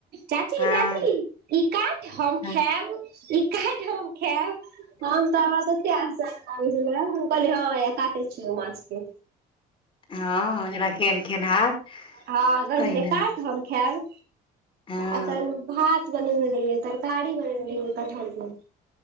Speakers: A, on the right (about 70°); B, on the left (about 30°).
A: चाची-चाची
B: हँ
A: ई काट हम
B: हँ
A: खैब ई काट हम खैब। हम तऽ हमरा तते आश्चज लागै छलै हम कहलिये ह हइये काटे छियो माछ के
B: हँ जेना केहन खेनहार
A: हँ कहय
B: तहिना
A: छलै काट हम खैब
B: हँ
A: अखन भात बनने रहिये तरकाड़ी बनने रहिये कटहर के